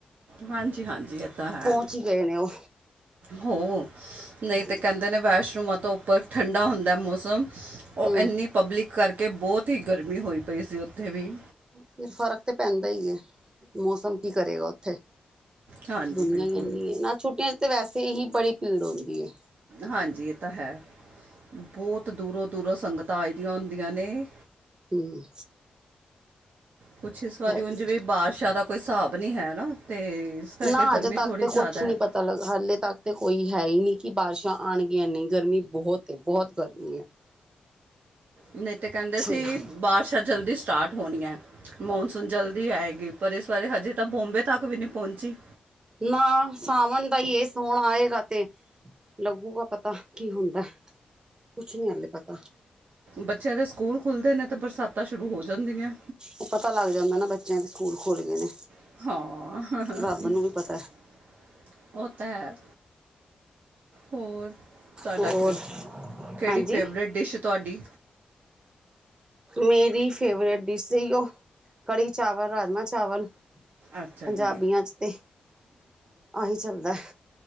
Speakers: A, on the right; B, on the right.
A: ਹਾਂਜੀ-ਹਾਂਜੀ ਏ ਤਾਂ ਹੈ,
B: ਪਹੁੰਚ ਹੀ ਗਏ ਨੇ ਉਹ
A: ਹੋ ਨਈਂ
B: ਹਾਂਜੀ
A: ਤੇ ਕੈਂਦੇ ਨੇ ਵੈਸ਼ਨੋ ਮਾਤਾ ਉੱਪਰ ਠੰਡਾ ਹੁੰਦਾ ਮੌਸਮ, ਓ
B: ਹਮ
A: ਏਨੀ ਪਬਲਿਕ ਕਰਕੇ ਬੋਤ ਈ ਗਰਮੀ ਹੋਈ ਪਈ ਸੀ ਓਥੇ ਵੀ।
B: ਫਿਰ ਫ਼ਰਕ ਤਾਂ ਪੈਂਦਾ ਈ ਏ। ਮੌਸਮ ਕੀ ਕਰੇਗਾ ਓਥੇ,
A: ਹਾਂਜੀ
B: ਦੁਨੀਆਂ
A: ਬਿਲਕੁਲ
B: ਈ ਏਨੀ ਐ ਨਾ ਛੁੱਟੀਆਂ ਚ ਤੇ ਵੈਸੇ ਹੀ ਬੜੀ ਭੀੜ ਹੁੰਦੀ ਏ।
A: ਹਾਂਜੀ ਏ ਤਾਂ ਹੈ, ਬੋਤ ਦੂਰੋਂ-ਦੂਰੋਂ ਸੰਗਤਾਂ ਆ ਜਾਈਦੀਆਂ ਹੁੰਦੀਆਂ ਨੇ।
B: ਹੂੰ।
A: ਕੁਛ ਇਸ ਵਾਰੀ ਹੁਨ
B: ਹੀ
A: ਜਿਵੇਂ ਬਾਰਸ਼ਾਂ ਦਾ ਕੋਈ ਸਾਬ ਨੀ ਐ ਨਾ ਤੇ ਇਸ ਕਰਕੇ
B: ਨਾ
A: ਗਰਮੀ
B: ਅਜੇ ਤੱਕ
A: ਥੋੜੀ
B: ਤੇ
A: ਜ਼ਿਆਦਾ
B: ਕੁਛ ਨੀ
A: ਹੈ
B: ਪਤਾ ਲੱਗਾ ਹਲੇ ਤੱਕ ਤੇ ਕੋਈ ਹੈ ਈ ਨੀ ਕੀ ਬਾਰਸ਼ਾਂ ਆਨਗੀਆਂ ਨਈਂ ਗਰਮੀ ਬਹੋਤ ਏ ਬਹੋਤ ਗਰਮੀ ਐ।
A: ਨਈਂ ਤਾਂ ਕੈਂਦੇ ਸੀ
B: ਹੀ ਨਾ
A: ਬਾਰਸ਼ਾਂ ਜਲਦੀ ਸਟਾਟ ਹੋਨੀ ਐ ਮੌਨਸੂਨ ਜਲਦੀ ਆਏਗੀ ਪਰ ਇਸ ਬਾਰੇ ਹਜੇ ਤਾਂ ਬੋਂਬੇ ਤੱਕ ਵੀ ਨੀ ਪੌਂਚੀ।
B: ਨਾ ਸਾਵਨ ਦਾ ਈ ਏ ਸੋਨ ਆਏਗਾ ਤੇ ਲੱਗੂਗਾ ਪਤਾ ਕੀ ਹੁੰਦਾ, ਕੁਛ ਨੀ ਹਲੇ ਪਤਾ।
A: ਬੱਚੇਆਂ ਦੇ ਸਕੂਲ ਖੁੱਲਦੇ ਨੇ ਤਾਂ ਬਰਸਾਤਾਂ ਸ਼ੁਰੂ ਹੋ ਜਾਂਦੀਆਂ।
B: ਓ ਪਤਾ ਲੱਗ ਜਾਂਦਾ ਨਾ ਬੱਚੇਆਂ ਦੇ ਸਕੂਲ ਖੁਲ ਗਏ ਨੇ।
A: ਹਾਂ।
B: ਰੱਬ ਨੂੰ ਵੀ ਪਤਾ
A: ਓ ਤਾ ਹੈ, ਹੋਰ ਤੁਆਡਾ
B: ਹੋਰ
A: ਕਿਰ, ਕੇੜੀ
B: ਹਾਂਜੀ
A: ਫੇਵਰੇਟ ਡਿਸ਼ ਐ ਤੁਆਡੀ।
B: ਮੇਰੀ ਫੇਵਰੇਟ ਡਿਸ ਤੇ ਓ ਕੜੀ ਚਾਵਲ ਰਾਜਮਾਂ ਚਾਵਲ
A: ਅੱਛਾ
B: ਪੰਜਾਬੀਆਂ
A: ਜੀ
B: ਚ ਤੇ, ਆਹੀ ਚੱਲਦਾ।